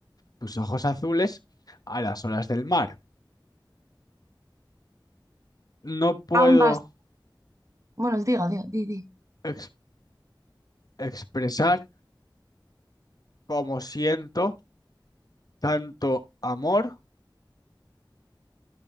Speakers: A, on the left; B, on the right.
A: Tus ojos azules a las olas del mar. No puedo
B: Ambas. Bueno, diga, diga, di, di.
A: ex- expresar cómo siento tanto amor.